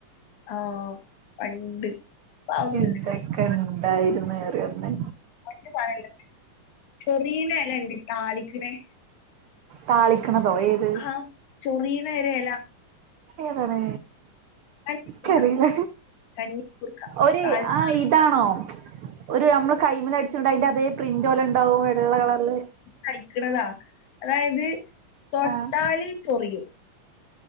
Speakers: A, on the left; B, on the right.
A: ആഹ് പണ്ട് അതൊന്നുമില്ല
B: എന്തൊക്കെണ്ടായ്ര്ന്ന് അറ്യോന്ന്
A: മറ്റുസാനല്ല ചൊറീണെലെണ്ട് താളിക്ക്ണെ
B: താളിക്കണതോ, ഏത്?
A: ആ ചൊറീന ഒരെല,
B: ഏതാണ്?
A: കഞ്ഞിക്കൂർക്ക
B: ക്കറില്ല,
A: കഞ്ഞിക്കൂർക്ക
B: ഒര്
A: താളിക്ക
B: ആ ഇതാണോ? ഒരു നമ്മള് കൈമലടിച്ചിണ്ട അതിന്റെ അതേ പ്രിന്റ് പോലെണ്ടാവും വെള്ള കളറില്,
A: കഴിക്കുന്നതാ അതായത് തൊട്ടാല്
B: ആഹ്
A: ചൊറിയും,